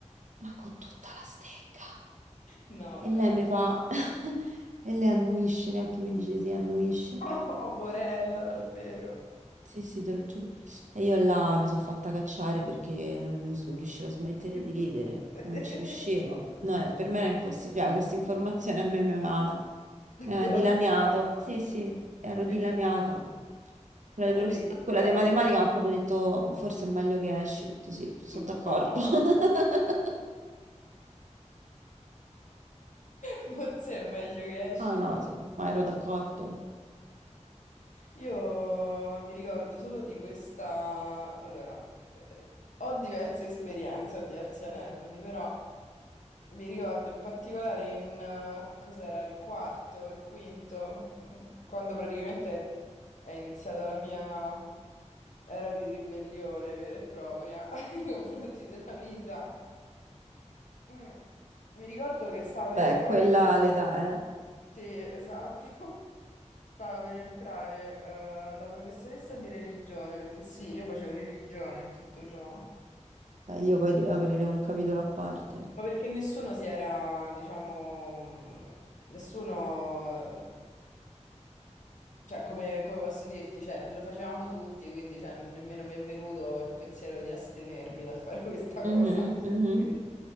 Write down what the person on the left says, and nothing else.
No,
dai.
Oh, porella, davvero.
<laughs>
Devastata,
te credo.
No,
io mi ricordo.
<laughs>
Forse è meglio che esci,
parli.
Io mi ricordo solo di questa. Allora, eh, ho diverse esperienze, ho diversi aneddoti, però mi ricordo in particolare in eh, cos'era il quarto, il quinto, mm, quando praticamente è iniziata la mia era di ribellione vera e propria <laughs> nei confronti della vita. Mm. Mi ricordo che stava
per entrare,
sì, esatto, <laughs> stava per entrare eh, la professoressa di religione, perché sì, io facevo religione e tutto ciò,
ma perché nessuno si era, diciamo, mh, nessuno Cioè, come, come posso dirti? Cioè, lo facevamo tutti, quindi cioè, nemmeno mi è venuto il pensiero di astenermi dal fare <laughs> questa
cosa.
Quindi-